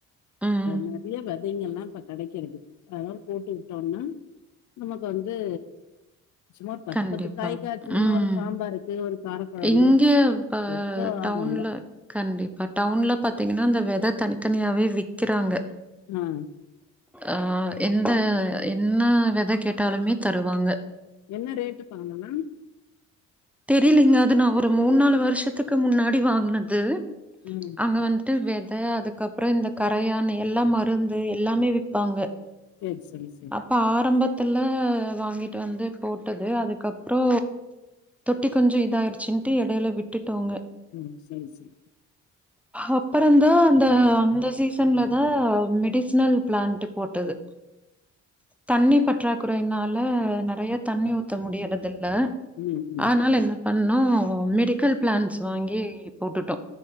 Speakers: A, in the centre; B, on the left.
A: ம்.
B: நெறைய வெத தைங்கல்லா இப்ப கெடைக்கிறது அதலா போட்டுவிட்டோம்னா நமக்கு வந்து சும்மா ஒரு பத்து
A: கண்டிப்பா.
B: பத்து காய் காயச்சதுன்னா
A: ம்.
B: ஒரு சாம்பாருக்கு ஒரு காரக்கொழம்பு
A: இங்க ப
B: எதுகோ
A: டவுன்ல
B: ஆகும்ல
A: கண்டிப்பா டவுன்ல பாத்தீங்கன்னா இந்த வெத தனித்தனியாவே விக்கிறாங்க
B: ஆ
A: அஹ் எந்த என்ன வெத கேட்டாலுமே தருவாங்க
B: என்ன ரேட்டு பா அங்கல்லா
A: தெரிலிங்க அது நா ஒரு மூ நாலு வருஷத்துக்கு முன்னாடி வாங்குனது
B: ம்
A: அங்க வந்துட்டு வித அதுக்கப்புற இந்த கரையான் எல்லா மருந்து எல்லாமே விப்பாங்க
B: சேர் சரி சரி
A: அப்ப ஆரம்பத்துல வாங்கிட்டு வந்து போட்டது அதுக்கப்புற தொட்டி கொஞ்ச இதாயிருச்சுன்ட்டு இடைல விட்டுட்டோங்க
B: ம் சேரி சேரி
A: அப்பறந்தா அந்த அந்த சீசன்ல தா மெடிசனல் பிளான்ட்டு போட்டது தண்ணி பற்றாக்குறைனால நெறயா தண்ணி ஊத்த முடியறது இல்ல
B: ம் ம்
A: ஆனால் என்ன பண்ணோ மெடிக்கல் பிளான்ஸ் வாங்கி போட்டுட்டோ